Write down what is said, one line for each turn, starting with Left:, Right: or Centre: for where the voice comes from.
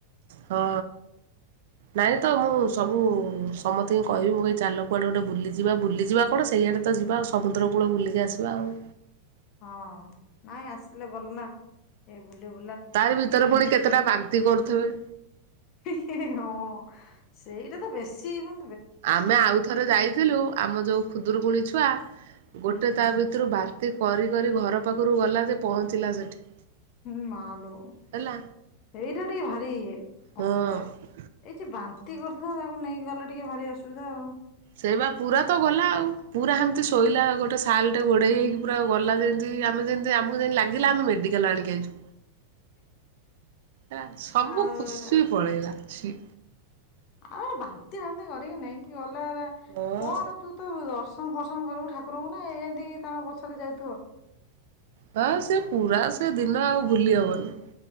Right: ହଁ ନାଇଁ ତ ମୁଁ ସବୁ ସମସ୍ତେଙ୍କୁ କହିବି ମୁଁ ଚାଲକୁ ଆଡ଼େ ଗୋଟେ ବୁଲିଯିବା ବୁଲିଯିବା କଣ ସେଇଆଡ଼େ ତ ଯିବା ଆଉ ସମୁଦ୍ର କୂଳ ବୁଲିକି ଆସିବା ଆଉ
Left: ହଁ ନାଇଁ ଆସିଲେ ଭଲ ନା ସେ ବୁଲିବୁ
Right: ତାର ଭିତରେ ପୁଣି କେତେଟା ବାନ୍ତି କରୁଛି ଥେଵେ
Left: ହିଁ ହିଁ ହିଁ ହଁ ସେଇଟା ତ ବେଶୀ ମେ
Right: ଆମେ ଆଉଥରେ ଯାଇଥିଲୁ ଆମ ଯୋଉ ଖୁଦରୁକୁୁଣିୀ ଛୁଆ
Left: ହୁଁ
Right: ଗୋଟେ ତା ଭିତରୁ ବା ନ୍ତି କରି କରି ଘର ପାଖରୁ ଗଲା ଯେ ପହଞ୍ଚିଲା ସେଠି
Left: ହୁଁ ମାଲୋ
Right: ହେଲା
Left: ଏଇଟା ଟିକେ ଭାରି
Right: ହଁ
Left: ଅସୁବିଧା ଏଇ ଯେ ବାନ୍ତି କର ନ୍ତି ତାକୁ ନେଇକି ଗଲେ ଟିକେ ଭାରି ଅସୁବିଧା ଆଉ
Right: ସେଇବା ପୁରା ତ ଗଲା ଆଉ ପୁରା ସେମିତି ଶୋଇଲା ଗୋଟେ ସାଲଟେ ଘୋଡ଼େଇ ହେଇକି ପୁରା ଗଲା ଯେମିତି ଆମେ ଯେମିତି ଆମକୁ ଯେମିତି ଲାଗିଲା ଆମେ ମେଡ଼ିକାଲ ଆଣିକି ଆଣିଛୁ। ହେ ସବୁ
Left: ଆଉ
Right: ଖୁସି
Left: ଏରା
Right: ପଳେଇଲା ଛି
Left: ଆଉ ବାନ୍ତି ବାନ୍ତି କରିକି ନେଇକି ଗଲେ
Right: ହଁ।
Left: କଣ ତୁ ତ ଦର୍ଶନ ଫର୍ସଣ କରିବୁ ଠାକୁରଙ୍କୁ ନା ଏମତିକି ତାଙ୍କ ପଛରେ ଯାଉଥିବ
Right: ହଁ ସେ ପୁରା ସେ ଦିନ ଆଉ ଭୁଲି ହବନି